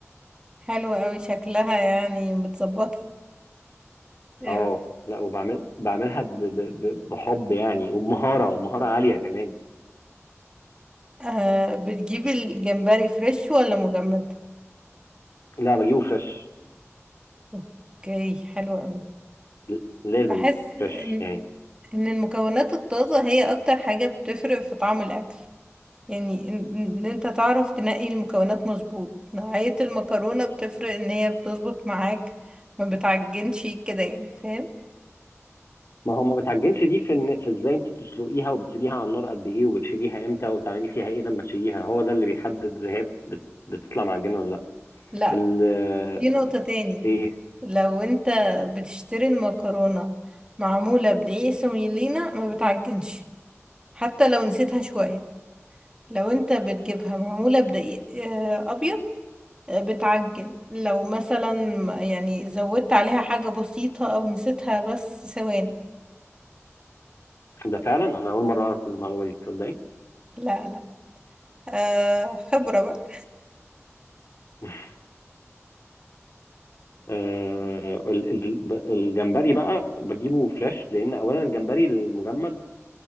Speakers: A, on the right; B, on the left.
A: حلو أوي شكلها يعني متظبطة آه،
B: اه لا وبعمل بعملها ب... ب... ب- بحب يعني وبمهاره ومهاره عاليه كمان
A: آه، بتجيب الجمبري فريش ولا مجمد
B: لا بجيبه فريش
A: اوكي حلو قوي
B: ل- لازم
A: بحس إن
B: فريش يعني
A: إن المكونات الطازة هي أكتر حاجة بتفرق في طعم الأكل يعني ان إن انت تعرف تنقي المكونات مظبوط نوعية المكرونة بتفرق ان هي بتظبط معاك ما بتعجنش كده يعني فاهم
B: ما هو ما بتعجنش دي في إن- في ازاي انت بتسلقيها وبتسيبيها على النار قد ايه وبتشيليها امتى وبتعملي فيها ايه لما تشيليها هو ده اللي بيحدد اذا هي بت- بت- بتطلع معجنه ولا لا
A: لا
B: ال آه،
A: في نقطة تاني
B: ايه
A: لو انت بتشتري المكرونة معمولة بدقيق سوميلينا ما بتعجنش حتى لو نسيتها شوية لو انت بتجيبها معمولة بدقيق آه، ابيض آه، بتعجن لو مثلا يعني زودت عليها حاجة بسيطة او نسيتها بس ثواني
B: ده فعلا انا اول مره اعرف المعلومه دي تصدقي
A: لا لا آه خبرة بقى
B: <laughs> آه، ال- ال- ب- الجمبري بقى بجيبه فريش لان اولا الجمبري المجمد